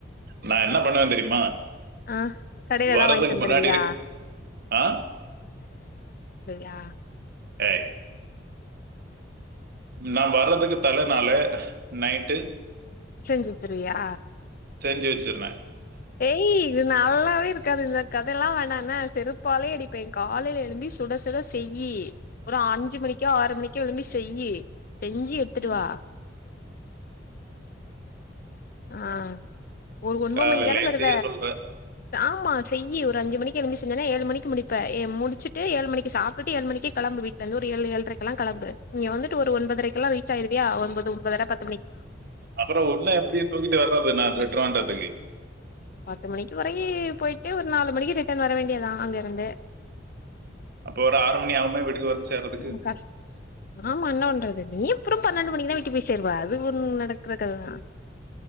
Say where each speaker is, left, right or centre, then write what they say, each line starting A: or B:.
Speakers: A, on the right; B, on the left.
A: நா என்ன பண்ணுவன் தெரியுமா
B: ஆ கடையில
A: வர்றதுக்கு
B: எதா வாங்கி தந்துருவியா
A: முன்னாடி இருக்க ஆ
B: யா
A: ஏ நா வரதுக்கு தலனால நைட்டு
B: செஞ்சு வச்சுர்வியா
A: செஞ்சு வச்சிருவே
B: ஏய் இது நல்லாவே இருக்காது இந்த கதல்லா வேணா ன்ன செருப்பாலயே அடிப்பே காலைல எழும்பி சுட சுட செய்யி ஒரு அஞ்சு மணிக்கோ ஆறு மணிக்கோ எழும்பி செய்யி செஞ்சு எத்துட்டுவா
A: ம்,
B: ஆ ஒரு ஒன்பொ
A: காலையிலயே
B: மணிக்கு தான வருவ
A: செய்ய சொல்ற
B: ஆமா செய்யி ஒரு அஞ்சு மணிக்கு எழும்பி செஞ்சனா ஏழு மணிக்கு முடிப்ப ஏ முடுச்சுட்டு ஏழு மணிக்கு சாப்டுட்டு ஏழு மணிக்கே கெளம்பு வீட்லந்து ஒரு ஏழு ஏழ்ரைக்குல்லா கெளம்பு இங்க வந்துட்டு ஒரு ஒன்பதரைக்கெல்லா ரீச் ஆயிருவியா ஒன்பது ஒன்பதர பத்
A: அப்பறொ உன்ன எப்டி தூக்கிட்டு வர்றது நா டெட்ருவான்ட்ரத்துக்கு
B: பத்து மணிக்கு வரையி போயிட்டு ஒரு நாலு மணிக்கு ரிட்டன் வர வேண்டியதா அங்கருந்து
A: அப்ப ஒரு ஆறு மணி ஆகுமே வீட்டுக்கு வந்து சேர்றதுக்கு
B: ம் கஷ் ஆமா என்ன பண்றது? நீ எப்புறம் பன்னெண்டு மணிக்குதா வீட்டுக் போய் சேருவ அது ஒ நடக்குற கததா